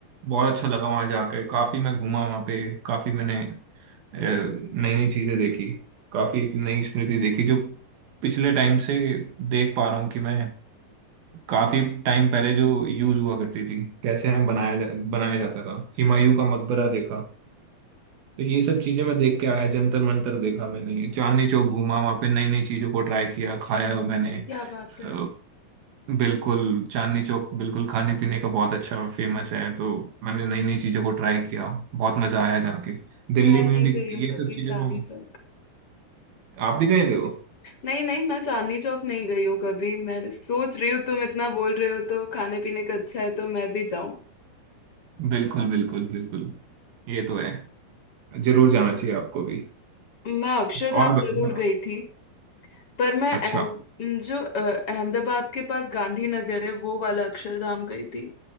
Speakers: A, on the right; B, on the left.
A: बहुत अच्छा लगा वहां जाकर काफी मैं घूमा वहां पे काफी मैंने नई नई चीजें देखी काफी एक नई स्मृति देखी जो पिछले टाइम से देख पा रहा हूँ कि मैं काफी टाइम पहले जो यूज हुआ करती थी कैसे हम बनाया जा, बनाया जाता था हुमायूं का मकबरा देखा तो ये सब चीजें मैं देख के आया जंतर मंतर देखा मैंने चांदनी चौक घूमा वहां पे नई नई चीजों को ट्राई किया खाया मैंने
B: क्या बात है
A: अ, बिल्कुल चांदनी चौक बिल्कुल खाने पीने का बहुत अच्छा फेमस है तो मैंने नई नई चीजों को ट्राई किया बहुत मजा आया जाके दिल्ली
B: मैं
A: में
B: नहीं
A: भी
B: गई हूँ
A: ये
B: कभी
A: सब चीजों
B: चांदनी
A: को
B: चौक
A: आप भी गए हुए हो
B: नहीं नहीं मैं चांदनी चौक नहीं गई हूँ कभी मैं सोच रही हूँ तुम इतना बोल रहे हो तो खाने पीने का अच्छा है तो मैं भी जाऊँ
A: बिल्कुल बिल्कुल बिल्कुल ये तो है जरूर जाना चाहिए आपको भी
B: मैं अक्षरधाम
A: और
B: जरूर
A: बताओ।
B: गई थी पर मैं
A: अच्छा
B: अहम, म, जो अ, अहमदाबाद के पास गांधीनगर है वो वाला अक्षरधाम गई थी